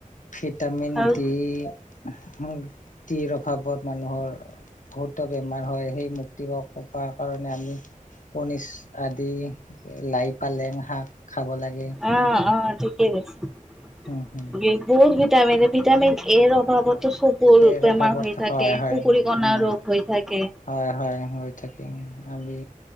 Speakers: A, on the left; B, in the centre.
A: ভিটামিন
B: আৰু
A: ডি আ ডিৰ অভাৱত মানুহৰ বহুত বেমাৰ হয়, সেই মুক্তি পা পা কাৰণে আমি কনিছ আদি লাই, পালেং শাক খাব লাগে।
B: অ অ ঠিকেই কৈছে,
A: উম হম
B: বহুত ভিটামিন ভিটামিন এৰ অভাৱত চকুৰ
A: এইৰ
B: বেমাৰ
A: অভাৱত
B: হৈ থাকে,
A: হয় হয়
B: কুকুৰী কণা
A: উম
B: ৰোগ হৈ থাকে।
A: হয় হয় হৈ থাকিম আমি